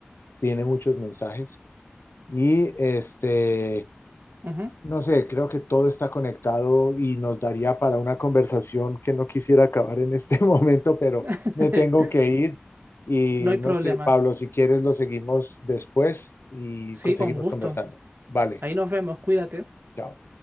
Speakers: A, on the left (about 75°); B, on the right (about 55°).
A: Tiene muchos mensajes. Y este,
B: Ujú.
A: No sé, creo que todo está conectado y nos daría para una conversación que no quisiera acabar en este <laughs> momento, pero
B: <laughs>
A: me tengo que ir y
B: No hay problema.
A: no sé, Pablo, si quieres lo seguimos después y
B: Sí,
A: co- seguimos
B: con gusto.
A: conversando. Vale,
B: Ahí nos vemos, cuídate.
A: chao.